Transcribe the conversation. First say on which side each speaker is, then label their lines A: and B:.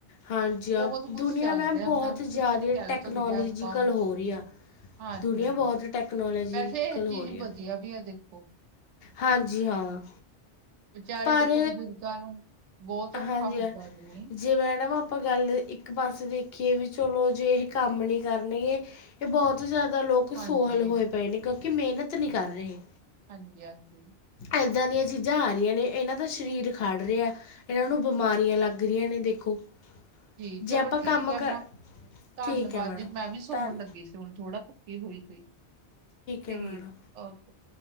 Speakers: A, on the left; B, on the right.
A: ਹਾਂਜੀ ਹਾਂ,
B: ਬਹੁਤ ਕੁਛ
A: ਦੁਨੀਆਂ
B: ਚੱਲ
A: ਮੈਂਮ
B: ਰਿਹਾ
A: ਬਹੁਤ
B: ਮੈਮ ਕੁਛ
A: ਜ਼ਿਆਦਾ
B: ਨੀ ਕਹਿ
A: ਟੈਕਨੋਲੋਜੀਕਲ
B: ਸਕਦੇ ਆਪਾਂ
A: ਹੋ ਰਹੀ ਆ।
B: ਹਾਂਜੀ-ਹਾਂਜੀ।
A: ਦੁਨੀਆ ਬਹੁਤ ਟੈਕਨੋਲੋਜੀਕਲ
B: ਵੈਸੇ ਇਹ
A: ਹੋ
B: ਚੀਜ਼
A: ਰਹੀ ਆ।
B: ਵਧੀਆ ਵੀ ਹੈ ਦੇਖੋ।
A: ਹਾਂਜੀ, ਹਾਂ।
B: ਵਿਚਾਰੇ
A: ਪਰ
B: ਦੇਖੋ ਬਜ਼ੁਰਗਾਂ ਨੂੰ, ਬਹੁਤ ਔਖਾ
A: ਹਾਂਜੀ
B: ਹੁੰਦਾ
A: ਹਾਂ
B: ਜਿਵੇਂ
A: ਜੇ ਮੈਡਮ ਆਪਾਂ ਗੱਲ ਇੱਕ ਪਾਸੇ ਦੇਖੀਏ ਵੀ ਚਲੋ ਜੇ ਇਹ ਕੰਮ ਨਹੀਂ ਕਰਨਗੇ ਕੇ ਬਹੁਤ ਜ਼ਿਆਦਾ ਲੋਕ
B: ਹਾਂਜੀ,
A: ਸੋਹਲ ਹੋਏ ਪਏ ਨੇ, ਕਿਉਂਕਿ ਮਿਹਨਤ ਨਹੀਂ ਕਰ ਰਹੇ।
B: ਹਾਂਜੀ -ਹਾਂਜੀ।
A: ਏਦਾਂ ਦੀਆਂ ਚੀਜ਼ਾਂ ਆ ਰਹੀਆਂ ਨੇ, ਇਹਨਾਂ ਦਾ ਸਰੀਰ ਖੜ੍ਹ ਰਿਹਾ। ਇਹਨਾਂ ਨੂੰ ਬਿਮਾਰੀਆਂ ਲੱਗ ਰਹੀਆਂ ਨੇ ਦੇਖੋ।
B: ਜੀ
A: ਜੇ
B: ਚਲੋ
A: ਆਪਾਂ
B: ਠੀਕ
A: ਕੰਮ
B: ਹੈ
A: ਕਰ
B: ਮੈਮ, ਧੰਨਵਾਦ
A: ਠੀਕ ਹੈ ਮੈਡਮ
B: ਜੀ ਮੈਂ ਵੀ ਸੌਣ
A: ਧੰਨ
B: ਲੱਗੀ ਸੀ ਹੁਣ ਥੋੜਾ। ਹੋਈ ਪਈ, ਠੀਕ
A: ਹੈ ਮੈਡਮ
B: ਓਕੇ।